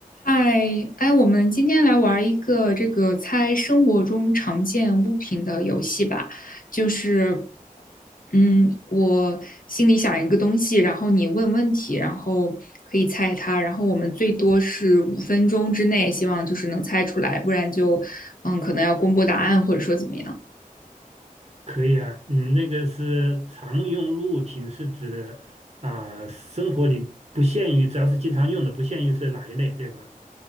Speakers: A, on the left; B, on the right.
A: 嗨，哎，我们今天来玩一个这个猜生活中常见物品的游戏吧。就是，嗯，我心里想一个东西，然后你问问题，然后可以猜它，然后我们最多是五分钟之内，希望就是能猜出来，不然就，嗯，可能要公布答案或者说怎么样。
B: 可以啊，你那个是常用物品，是指啊、生活里不限于，只要是经常用的，不限于是哪一类，对吧？